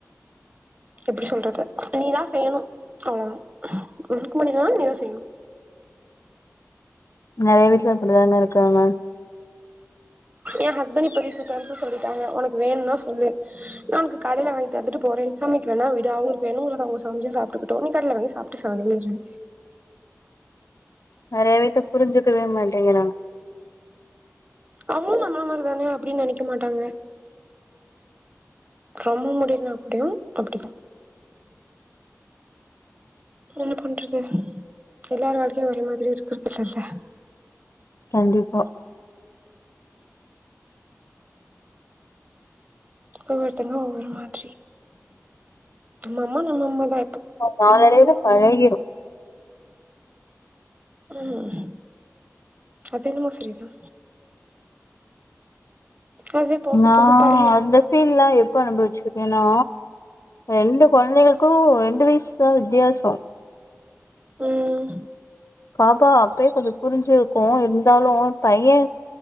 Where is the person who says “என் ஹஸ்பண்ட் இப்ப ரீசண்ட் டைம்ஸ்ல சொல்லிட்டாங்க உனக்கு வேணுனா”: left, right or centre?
Right